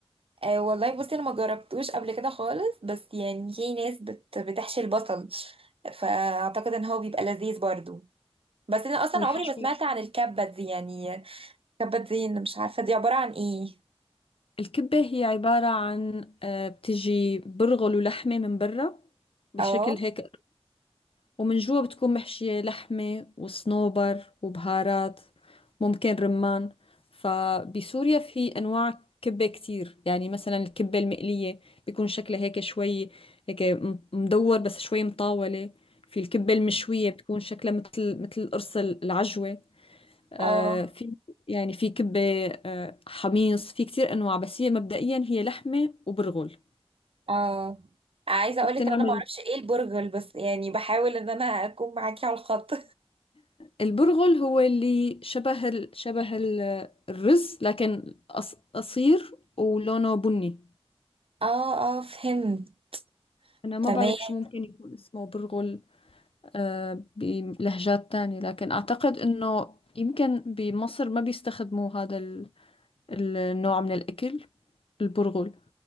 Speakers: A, on the right; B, on the left.
A: آه، والله بصي انا ما جربتوش قبل كده خالص بس يعني في ناس بت بتحشي البصل فاعتقد ان هو بيبقى لذيذ برضو بس انا اصلا
B: والحشو
A: عمري ما سمعت عن الكبة دي يعني الكبة دي أنا مش عارفة دي عبارة عن ايه
B: الكبة هي عبارة عن آه بتجي برغل ولحمة من برا بشكل
A: اه
B: هيك ومن جوا بتكون محشية لحمة وصنوبر وبهارات ممكن رمان فبسوريا في أنواع كبة كتير يعني مثلا الكبة المقلية بيكون شكلها هيك شوي هيك م- مدور بس شوي مطاولة في الكبة المشوية بتكون شكلها مثل مثل القرص العجوة آه
A: اه
B: في يعني في كبة آه حميص في كتير أنواع بس هي مبدئيا هي لحمة وبرغل
A: اه عايزه
B: وبتنعمل
A: اقول لك ان انا ما اعرفش ايه البرغل بس يعني بحاول ان انا اكون معاكي على الخط
B: البرغل هو اللي شبه ال... شبه ال... الرز لكن أص... قصير ولونه بني
A: <laughs> اه اه فهمت
B: أنا ما
A: تمام
B: بعرف شو ممكن يكون اسمه برغل آه بلهجات تانية لكن أعتقد إنه يمكن بمصر ما بيستخدموا هذا ال... النوع من الأكل البرغل